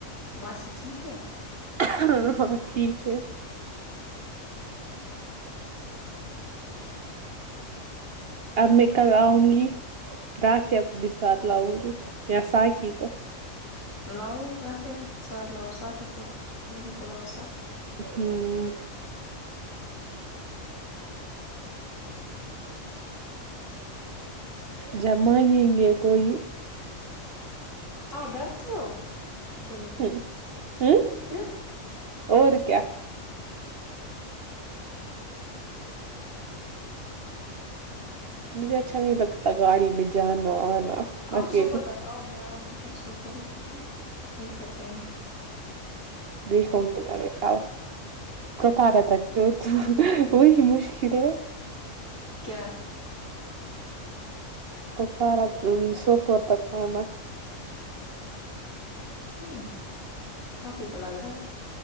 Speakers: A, on the left (about 70°); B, on the right (about 60°).
A: ماسی ٹھیک ہے
B: ہاں ہاں ٹھیک ہے اب میں کل آؤں گی رافیہ کو بھی ساتھ لاؤں گی یا ساکی کو
A: لاو رافیا کو بھی ساتھ لاو اور ساکی کو بھی دونوں کو لاو ساتھ
B: ہمم جب مانیں گے کوئی
A: آپ ڈرتی ہو اکیلے
B: ہ ہوں
A: پھر
B: اور کیا مجھے اچھا نہیں لگتا گاڑی میں جانا انا
A: آپ
B: اکیلے
A: سوبا تک آؤ میں آؤں گی نہ سوپ میں پھر ہم ایک ساتھ آئیں گے
B: دیکھو کتانا میںکاپ <unintelligible> وہی مشکل ہے
A: کیا
B: کپارا سوپ اور تک میں
A: نہیں اپ ہی کو لگ رہا ہے